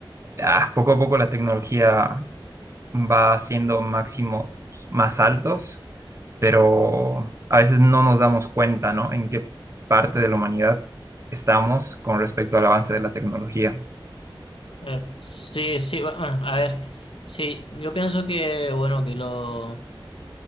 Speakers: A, on the right; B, on the left.
A: ah, poco a poco la tecnología va haciendo máximos más altos, pero a veces no nos damos cuenta, ¿no? En qué parte de la humanidad estamos con respecto al avance de la tecnología.
B: Eh, sí, sí, va- ah, a ver, sí, yo pienso que, bueno, que lo...